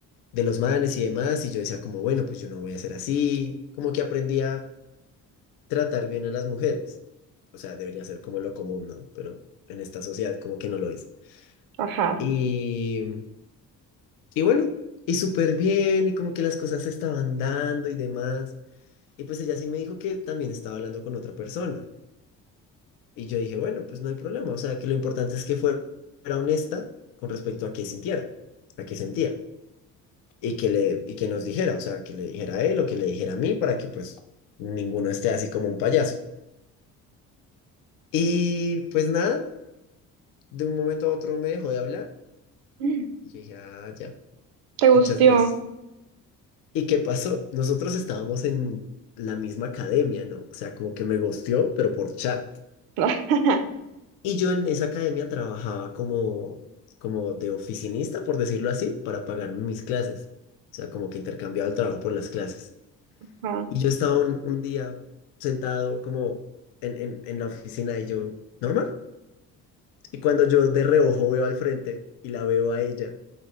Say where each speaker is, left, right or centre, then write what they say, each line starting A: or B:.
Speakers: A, on the left; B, on the right.
A: de los manes y demás, y yo decía como, bueno, pues yo no voy a ser así. Como que aprendía tratar bien a las mujeres. O sea, debería ser como lo común, ¿no? Pero en esta sociedad como que no lo es.
B: Ajá.
A: Y, y bueno, y súper bien, y como que las cosas se estaban dando y demás. Y pues ella sí me dijo que también estaba hablando con otra persona. Y yo dije, bueno, pues no hay problema. O sea, que lo importante es que fue- fuera honesta con respecto a qué sintiera, a qué sentía. Y que, le, y que nos dijera, o sea, que le dijera a él o que le dijera a mí para que pues ninguno esté así como un payaso. Y pues nada. de un momento a otro me dejó de hablar
B: Mm,
A: y yo dije, ah, ya,
B: ¿Te gustó?
A: muchas gracias. ¿Y qué pasó? Nosotros estábamos en la misma academia, ¿no? O sea, como que me gosteó, pero por chat.
B: <laughs>
A: Y yo en esa academia trabajaba como, como de oficinista, por decirlo así, para pagar mis clases. O sea, como que intercambiaba el trabajo por las clases.
B: Ajá.
A: Y yo estaba un, un día sentado como en, en, en la oficina y yo, normal. Y cuando yo de reojo veo al frente y la veo a ella